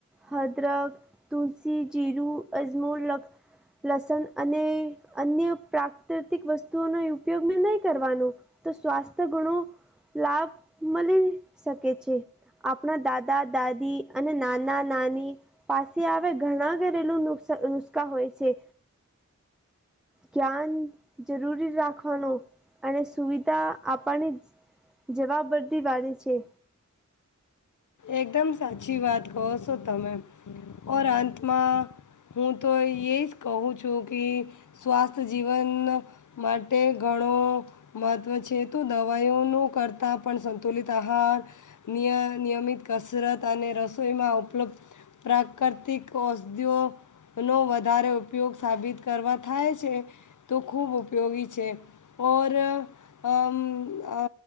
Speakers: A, in the centre; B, on the left.
A: હદરક તુલસી ઝીરું અઝમોર લ લસણ અને અન્ય પ્રાકૃતિક વસ્તુઓનો ઉપયોગ મેં નહી કરવાનો તો સ્વાસ્થ્ય ઘણો લાભ મળી શકે છે. આપણા દાદા દાદી અને નાના નાની પાસે આવે ઘણા ઘરેલું નુ નુસ્ખા હોય છે જ્ઞાન જરૂરી રાખવાનો અને સુવિધા આપણને જવાબવર્દી વાળે છે
B: એકદમ સાચી વાત કહો છો તમે ઓર અંતમાં હું તો એ જ કહું છું કે સ્વાસ્થ્ય જીવન માટે ઘણો મહત્ત્વ છે તો દવાઈઓનું કરતાં પણ સંતુલિત આહાર નિય નિયમિત કસરત અને રસોઈમાં ઉપલબ્ધ પ્રાકૃતિક ઔષધ નો વધારે ઉપયોગ સાબિત કરવા થાય છે તો ખૂબ ઉપયોગી છે. ઓર. અમ આ